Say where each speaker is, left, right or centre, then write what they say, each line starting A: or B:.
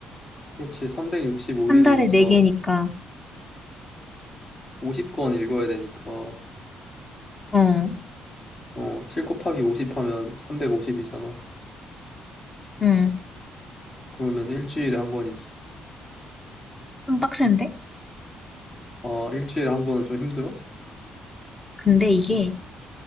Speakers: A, on the left (about 40°); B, on the left (about 20°).
A: 그렇지. 365일이니까
B: 한 달에 네 개니까,
A: 50권 읽어야 되니까,
B: 어,
A: 어, 7 곱하기 50 하면 350이잖아.
B: 응,
A: 그러면 일주일에 한 권이지.
B: 좀 빡센데?
A: 아, 일주일에 한 권은 좀 힘들어?
B: 근데 이게